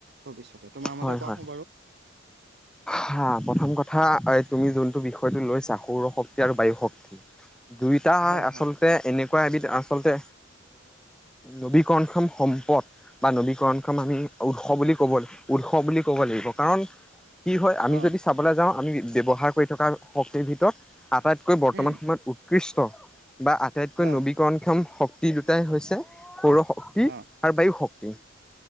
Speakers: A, on the right; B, in the centre.
A: ভৱিষ্যত। তোমাৰ মতে
B: হয়,
A: কোৱাচোন
B: হয়, হা- প্ৰথম কথা তুমি যোনটো বিষয়টো লৈছা- সৌৰ শক্তি আৰু বায়ু শক্তি দুইটা
A: হয়
B: আচল
A: হয়
B: এনেকুৱা এবিধ আচলতে নবীকৰণক্ষম সম্পদ। বা নবীকৰণক্ষম আমি উৎস বুলি ক'ব উৎস, বুলি ক'ব লাগিব কাৰণ কি হয় আমি
A: অঁ
B: যদি চাবলৈ যাওঁ, আমি ব্যৱহাৰ কৰি থকা, শক্তিৰ ভিতৰত আটাইতকৈ বৰ্তমান
A: উম
B: সময়ত উৎকৃষ্ট বা আটাইতকৈ
A: অঁ
B: নবী ণক্ষম শক্তি দুটাই হৈছে- সৌৰ শক্তি
A: অঁ
B: আৰু বায়ু শক্তি।